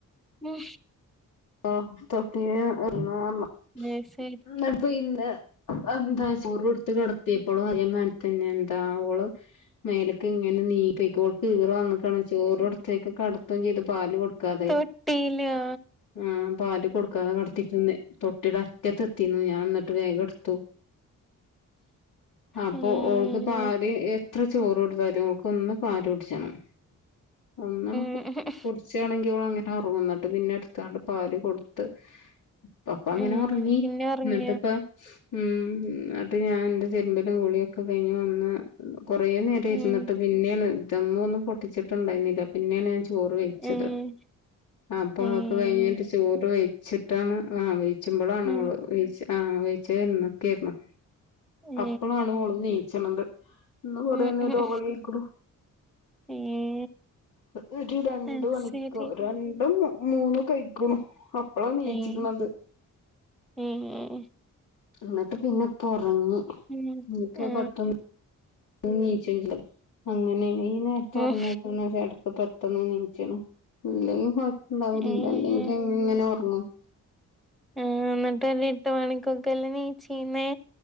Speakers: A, in the centre; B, on the left.
A: ഉം
B: ഓ തൊട്ടില് ഉറങ്ങിയെന്ന്.
A: മേസൈയ്ഡ്
B: ഇന്നട്ട് ഇന്ന് എന്താ ചോറ് കൊട്ത്ത് കെട്ത്ത്യേപ്പളും അതെ മാര്യേ - പിന്നെന്താ ഓള് മേലക്ക് ഇങ്ങനെ നീ പെയ്‌ക്കോൾ ഈറ വന്ന്ക്കാണ് ചോറൊട്ത്ത് ത്തേക്ക് കടത്തും ചെയ്തു പാല് കൊട്ക്കാതെ
A: ട്ടിനോ
B: ആഹ് പാല് കൊട്ക്കാതെ കടത്തീട്ട്ന്ന് തൊട്ടീടെ അറ്റത്തെത്തീന്നു ഞാൻ ഇന്നട്ട് വേഗം ഇട്ത്തു. അപ്പൊ
A: ഉം
B: ഓൾക്ക് പാല് എത്ര എത്ര ചോറ് കൊട്ത്താലും ഓക്ക് ഒന്ന് പാല് കുട്ച്ചണം, ഒന്നണ്
A: ഉംഹ് ഉംഹ്
B: ഉച്ചെണെങ്കി ഓളങ്ങനെ ഒറങ്ങും ന്ന്ട്ട് പിന്നെ എട്ത്താണ്ട് പാല് കൊട്ത്ത് ഇപ്പപ്പോ അങ്ങനെ
A: ഉം
B: ഒറങ്ങി
A: പിന്നെ ഉറങ്ങിയോ
B: ഇന്ന്ട്ട്പ്പ ഉം എന്നിട്ട് ഞാൻ ന്റെ തിര്മ്പലും കുളിയൊക്കെ കഴിഞ്ഞ് വന്ന് കൊറെ നേരം ഇര്ന്ന്ട്ട്
A: ഉം
B: പിന്നെണ്, ദം ഒന്നും പൊട്ടിച്ച്ട്ട്ണ്ടായ്ന്നില്ല പിന്നെണ് ഞാ ചോറ് വെയ്ച്ചത്
A: ഉം
B: അപ്പൊ
A: ഉം
B: കെയ്ഞ്ഞ്ട്ട് ചോറ് വെയ്ച്ച്ട്ടാണ് ആഹ് വെയ്ച്ചുമ്പളാണ്
A: ഉം
B: ഓള് വെയ്ച്ച് ആഹ് വെയ്ച്ചാഇര്ന്ന്ക്കെയ്നു
A: ഉം
B: അപ്പളാണ് ഓള് നീച്ച്ണത് ഇന്ന് കൊറേനേരം
A: ഉം ഉം
B: ഓയെയ്ക്കുണു
A: ഉം
B: ഒര് രണ്ട്
A: അത്
B: മണിക്ക്‌
A: ശരി
B: രണ്ടും മൂന്നും ഒക്കെയ്ക്കുണു അപ്പളാ നീച്ച്ക്ക്‌ണത്.
A: ഉം ഉം
B: ന്ന്ട്ട് പിന്നെ ഇപ്പൊറങ്ങി.
A: ഉം
B: ഇൻക്ക്
A: ആ
B: പെട്ടെന്ന് നീച്ചുംച്ചെയ്യും അങ്ങനേണ്, ഈ നേരത്തൊറങ്ങ്യ
A: ഉം
B: പെണ്ണ് എടക്ക് പെട്ടെന്ന് നീച്ച്ണ് ഇല്ലെങ്കി കൊയപ്പണ്ടാവലില്ല,
A: ഉം
B: അല്ലെങ്കി അങ്ങനെ ഓറങ്ങും.
A: ആഹ് ന്ന്ട്ട് ഒര് എട്ട് മണിക്കൊക്കെല്ല നീചീന്നേ